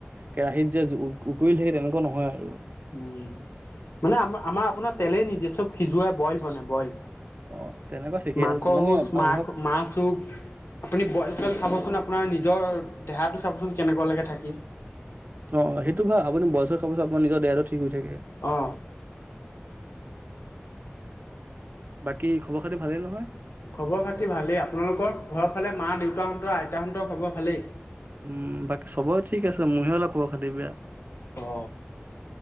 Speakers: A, on the right (about 50°); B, on the left (about 80°).
A: কেৰাহিত যে উতৰি থাকে তেনেকুৱা নহয় আৰু।
B: উ উ উ মানে আম আমাৰ আপোনাৰ তেলেই নিদিয়ে চব সিজুৱাই বইল বনাই বইল।
A: অ তেনেকুৱা ঠিকেই
B: মাংস
A: আছে মানে
B: হুছ
A: প্ৰায়ভাগ
B: মাক মাছ হোক আপুনি বইল চইল খাবচোন আপোনাৰ নিজৰ দেহাটো চাওকচোন কেনেকুৱা লাগে থাকি।
A: অ অ সেইটো ভাল আপুনি বয়ল-চয়েল খাবচোন আপোনাৰ নিজৰ দেহাটো ঠি ঠিক হৈ থাকে।
B: অ
A: বাকী খবৰ খাতি ভালেই নহয়?
B: খবৰ খাতি ভালেই। আপোনালোকৰ ঘৰৰ ফালে মা দেউতাহঁতৰ আইতাহঁতৰ খবৰ ভালেই?
A: উম বাকী চবৰে ঠিক আছে। মোৰহে অলপ খবৰ-খাতি বেয়া।
B: অ।